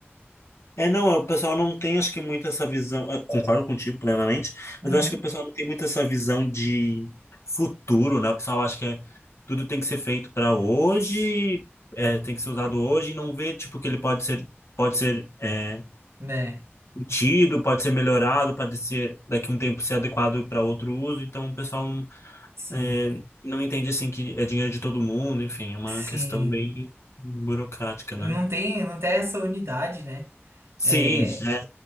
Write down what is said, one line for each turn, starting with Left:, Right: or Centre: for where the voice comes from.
Left: É, não, o pessoal não tem, acho que, muito essa visão. eh, Concordo contigo plenamente,
Right: Uhum,
Left: mas eu acho que o pessoal não tem muito essa visão de futuro, né? O pessoal acha que é- tudo tem que ser feito para hoje, eh, tem que ser usado hoje, e não vê, tipo, que ele pode ser, pode ser, eh,
Right: né?
Left: curtido, pode ser melhorado, pode ser daqui a um tempo ser adequado para outro uso. Então, o pessoal,
Right: Sim,
Left: eh, não entende, assim, que é dinheiro de todo mundo, enfim, é uma
Right: sim.
Left: questão bem burocrática,
Right: Não
Left: né?
Right: tem, não tem essa unidade, né?
Left: Sim,
Right: É,
Left: é,